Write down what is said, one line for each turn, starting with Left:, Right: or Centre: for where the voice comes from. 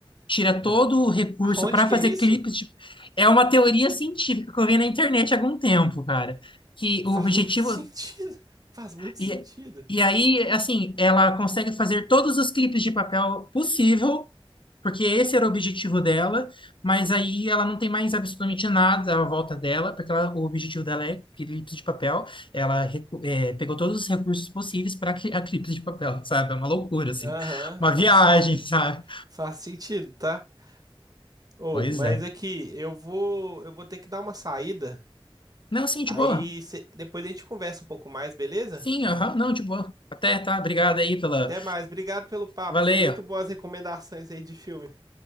Left: tira todo
Right: É.
Left: o recurso
Right: Aonde
Left: para
Right: que
Left: fazer
Right: é isso?
Left: clipes de... É uma teoria científica que eu vi na internet há algum tempo, cara. Que
Right: Faz
Left: o objetivo...
Right: muito <laughs> sentido. Faz muito sentido.
Left: E, e aí, assim, ela consegue fazer todos os clipes de papel possível porque esse era o objetivo dela, mas aí ela não tem mais absolutamente nada à volta dela, porque ela- o objetivo dela é Eclipse de Papel. Ela recu- eh, pegou todos os recursos possíveis para a Eclipse de Papel, <laughs> sabe? É uma loucura, assim.
Right: Aham,
Left: Uma viagem,
Right: faz sentido.
Left: <laughs> sabe?
Right: Faz sentido, tá? Ou,
Left: Pois
Right: mas
Left: é.
Right: é que eu vou, eu vou ter que dar uma saída.
Left: Não, sim, de
Right: Aí
Left: boa.
Right: cê- depois a gente conversa um pouco mais, beleza?
Left: Sim, aham, não, de boa. Até, tá? Obrigado aí pela.
Right: Até mais. Obrigado pelo papo.
Left: Valeu,
Right: Foi muito boas recomendações aí de filme.